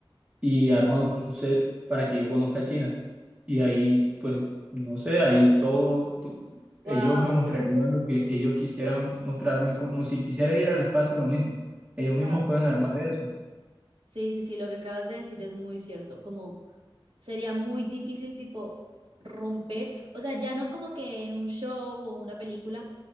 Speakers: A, on the right (about 15°); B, on the right (about 80°).
A: y arman un set para que yo conozca a China. Y ahí, pues, no sé, ahí todo, to-
B: Wow,
A: ellos me mostrarían lo que ellos quisieran mostrarme, como si quisiera ir al espacio, lo mismo. Ellos mismos
B: wow.
A: pueden armar eso.
B: Sí, sí, sí, lo que acabas de decir es muy cierto, como sería muy difícil tipo romper, o sea, ya no como que en un show o una película,